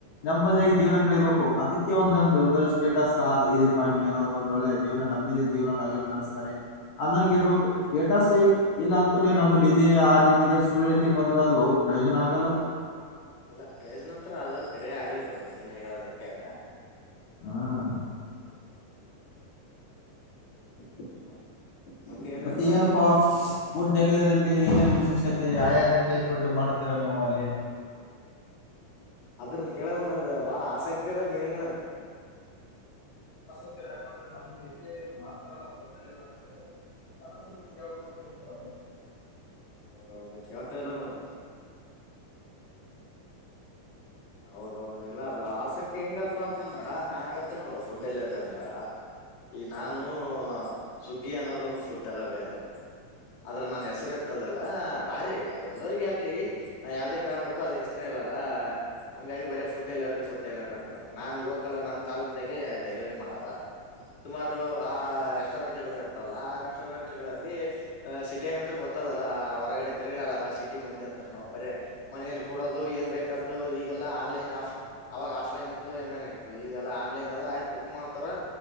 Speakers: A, on the left (about 70°); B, on the left (about 45°).
A: ನೆಮ್ಮದಿಯಾಗಿ ಜೀವನ ಕಳಿಬೇಕು ಅದಕ್ಕೆ ಒಂದೊಂದು ಒಂದ ಸ್ಟೇಟಸ್ ಅ ಇದೆ ಪ ಏನಾದ್ ಒಂದ ಒಳ್ಳೆ ಜೀವನ ನಮ್ಮ ಜೀವನ. ನಡೆಸ್ತಾರೆ ಅನ್ನಂಗ ಇರ್ಬೇಕು ಸ್ಟೇಟಸ್ ಇಲ್ಲ ಅಂತ್ರೆ ನಲ್ಲಿ ಇದೆ ಆ ರೀತಿ ಇದೆ ಸುಳ್ಳಿಕೆ ಬಂದ್ರ ಅದು ಪ್ರಯೋಜನ ಆಗಲ್ಲದು.
B: ಇಲ್ಲ ಪ್ರಯೋಜ್ ನಂತರ ಅದ ಕರಿ ಆಗಲ್ ಬಿಡು ನೀನು ಹೇಳದ ಹಂಗೆ ಅದ.
A: ಹಾ
B: <unintelligible> ಏನ್
A: ಮತ್ತೆ
B: ಹೇಳ್ದ
A: ಏನಪ್ಪಾ ಫುಡ್ ಡೆಲಿವರಿಲ್ಲಿ ಏನೇನು ವಿಶೇಷತೆ ಯಾವ ಯ್ಯಾವ ರೀತಿ ಫುಡ್ ಮಾಡ್ತೀರಾ ನೀವು ಅಲ್ಲಿ.
B: ಅದರದ್ ಕೇಳ ಬಾಳ ಆಸಕ್ತಿ ಅದ ನೀನ್ಗನು <inaudible>
A: <inaudible> <inaudible>
B: ಹೌದೌದು ಕೆಳ್ತ್ ಎಲ್ಲ ನೋಡ್. ಹ್ಮ್ ಹೌದೌದು ಇಲ್ಲ ಅದು ಆಸಕ್ತಿ ಹೆಂಗತ್ತ ಅಂತಂದ್ರ ನಾನ್ ಹೇಳ್ತೀನಿ ನೋಡ ಫುಡ್ ಡೆಲಿವರಿ ಅಂದ್ರ. ಈ ನಾನು ಸುಗ್ಗಿ ಅನ್ನೋದ ಒಂದು ಫುಡ್ ಡೆಲಿವರಿ ಆದ. ಆದ್ರ ನಾ ಹೆಸರು ಎತ್ತದೆಲ್ಲಾ ಬಾರಿ ಎಲ್ಲರಿಗ ಆಗ್ಲಿ ನಾ ಯಾವ್ದೇ ಕಾರಣಕ್ಕೂ ಅದ ಹೆಸರ ಹೇಳ ಲಾ ಹಂಗಾಗಿ ಬರಿ ಫುಡ ಡೆಲವರಿ ಫುಡ್ ಡೆಲವರಿ ಅಂತ ಹೇತಾ ನಾನ್ ಲೋಕಲ್ ನಮ್ಮ ತಾಲೂಕದಾಗೆ ಡೆಲಿವರಿ ಮಾಡವ. ಸುಮಾರು ಆ ರೆಸ್ಟೋರೆಂಟ್ ಗಳು ಇರ್ತವಲ್ಲ ಆ ರೆಸ್ಟೋರೆಂಟ್ ಗಳಲ್ಲಿ ಸಿಟಿಗ ಗೊತ್ತ ದಲ್ಲ ಹೊರಗಡೆ ತಿರ್ಗಾಡಲ್ಲ ಸಿಟಿ ಮಂದಿ ಅಂತ್ರನು. ಬರೇ ಮನೇಲಿ ಕೂಡೋದು ಏನ್ ಬೇಕ ಅದು ಈಗೆಲ್ಲಾ ಆನ್ಲೈನ್ ಆಫ್ ಅವಾಗ ಆಫ್ಲೈನ್ ಇತ್ತು ಹೆಂಗ ನಡಿತದಾ ಈಗಲ್ಲ ಆನ್ಲೈನ್ದ ಆಯ್ತ ಬುಕ್ ಮಾಡ್ತಾರ